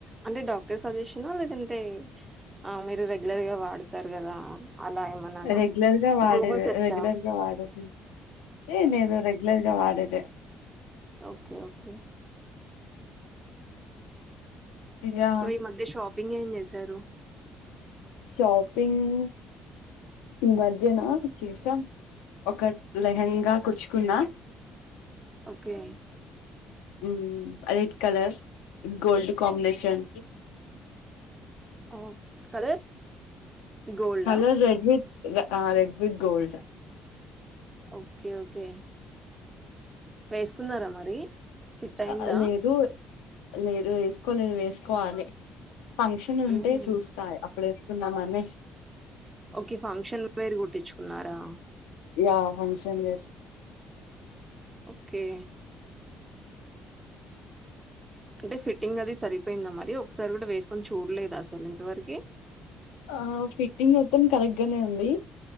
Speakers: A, on the right; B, on the left.
A: అంటే డాక్టర్ సజెషనా లేదంటే ఆ మీరు రెగ్యులర్ గా వా అడుతారు కదా అలా ఏమన్నా
B: రెగ్యులర్గా వాడేదే
A: గూగుల్ సెర్చా
B: రెగ్యులర్గా వాడేదే ఏ నేను రే రెగ్యులర్గా వాడేదే
A: ఓకే ఓకే
B: యా
A: సో ఈ మధ్య షాపింగ్ ఏం చేశారు
B: షాపింగ్ ఈ మధ్యనా చేసా ఒక లెహంగా కుచుకున్నా
A: ఓకే
B: మ్మ్ రెడ్ కలర్ గోల్డ్ కాంబినేషన్
A: ఓ కలర్ గోల్డా
B: కలర్ రెడ్విత్ ఆ red with gold
A: okay okay వేసుకున్నారా మరి ఫిట్ అయిందా
B: ఆ లేదు లే వేసుకోలేదు వేసుకోవాలి ఫంక్షన్ ఉంటే
A: ఉహు
B: చూస్తా అప్పుడు చేసుకుందామని
A: ఓకే ఫంక్షన్ వేర్ కుట్టిచుకున్నారా
B: యా ఫంక్షన్ వేర్
A: ఓకే అంటే ఫిట్టింగ్ అది సరిపోయిందా మరి ఒకసారి కూడా వేసుకొని చూడ్లేదా అసలు ఇంతవరకి
B: ఆ ఫిట్టింగ్ మొత్తం కరెక్ట్గానే ఉంది